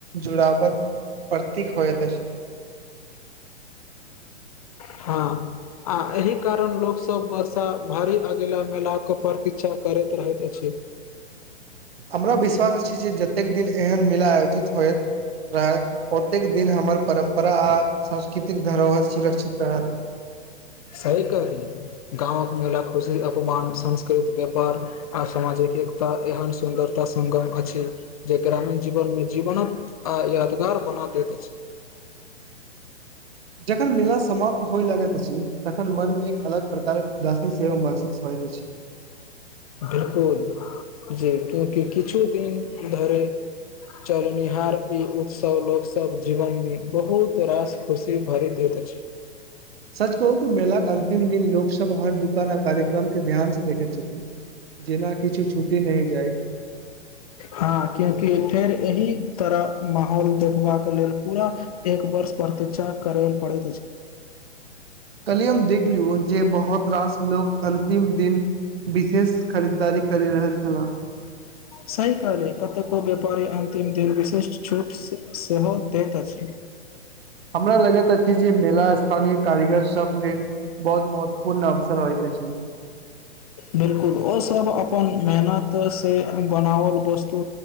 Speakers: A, on the right; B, on the left.
A: जुड़ावत प्रतीक होएत अछि
B: हाँ आ एहि कारण लोक सब वर्षा भारी अगेला मेला के प्रतिक्षा करैत रहत अछि।
A: हमरा विश्वास अछी जे जतेक दिन एहन मेला आयोजित होयत रहत ओतेक दिन हमर परम्परा आ सांस्कृतिक धरोहर सुरक्षित रहत
B: सही कहली गाँव घुमेला खुशी अपमान संस्कृत व्यापार आ सामाजिक एकता एहन सुन्दरता संग अछि जे ग्रामीण जीवन मे जीवनक आ यादगार बना दैत अछि।
A: जखन मेला समाप्त होय लगैत अछि, तखन मनमे एक अलग प्रकारक उदासीन <unintelligible> अछि।
B: बिल्कुल जे क्युकि किछु दिन धरे चलनिहार ई उत्सव लोक सब जीवन मे बहुत रास खुशी भरि दैत अछि। <inaudible>
A: सच कहू कि मेलाके अंतिम दिन लोकसब हर दुकान आ कार्यक्रम के ध्यान से देखैत छथिन। जेना किछु छुटी नहि जाइ।
B: हाँ कियाकि फेर एहि तरह माहौल देखबाके लेल पूरा एक वर्ष प्रतिक्षा करेल पड़े
A: कलिय हम देख लियौ जे बहुत रास लो अन्तिम दिन विशेष खरीदारी करि रहल छलाह
B: सहि कहलि कतेको व्यापारी अंतिम दिन विशिष छूट सेहो दैत अछि छी
A: हमरा लगैत अछि जे मेला स्थानीय कारीगर सब लेल बहुत महत्वपूर्ण अवसर होइत अछि <inaudible>
B: बिल्कुल ओ सब अपन मेहनत से बनावल वस्तु